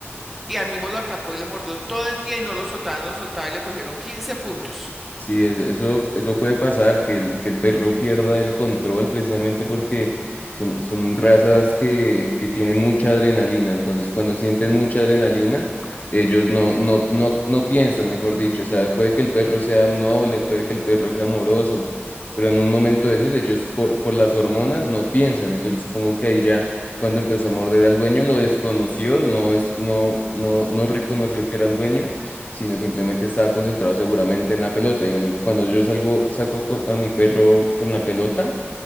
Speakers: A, in the centre; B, on the left.
A: y a mí mismo lo atacó y le mordió todo el pie y no lo soltaba, no lo soltaba y le cogieron 15 puntos.
B: Sí, es- eso, eso puede pasar, que el, que el perro pierda el control precisamente porque son, son razas que, que tienen mucha adrenalina. Entonces, cuando sienten mucha adrenalina, ellos no, no, no, no piensan, mejor dicho. O sea, puede que el perro sea noble, puede que el perro sea amoroso, pero en un momento de esos, ellos por, por las hormonas no piensan. Entonces, supongo que ahí ya cuando empezó a morder al dueño, lo desconoció, no es, no, no, no reconoció que era el dueño sino simplemente estaba concentrado seguramente en la pelota. Digamos, cuando yo salgo, saco co- a mi perro con la pelota,